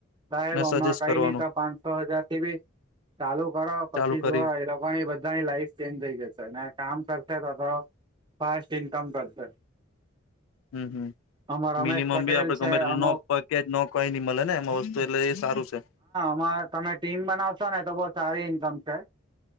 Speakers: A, on the right; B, on the left.
A: સાહેબ
B: ને
A: હમણા
B: સજેસ્ટ
A: કઈ
B: કરવાનું
A: ની તો પાંચસો હજારથી બી ચાલુ કરો પછી
B: ચાલુ કરી
A: જુઓ એ લોકો ની બધાની લાઈફ ચેન્જ થઈ જશે ને. કામ કરતે રહો ફાસ્ટ ઇન્કમ કરતે.
B: હમ્મ હમ્મ.
A: આમાં રમેશ
B: મિનિમમ
A: પટેલ
B: બી આપડે
A: છે
B: ગમેતે
A: અમુક
B: નો પકેજ નો કઈની મળે ને એમાં વસ્તુ એટલે એ સારું છે.
A: હ તમે ટીમ બનાવશો ને તો બો સારી ઇન્કમ છે